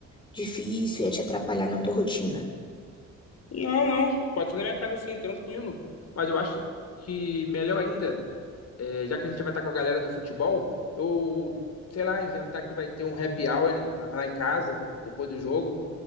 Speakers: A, on the left; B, on the left.
A: difícil, ia te atrapalhar na tua rotina?
B: Não, não. Pode ser na minha casa sim, tranquilo. Mas eu acho que melhor ainda, é, já que a gente vai estar com a galera do futebol, eu, sei lá, inventar que vai ter um happy hour em- lá em casa, depois do jogo.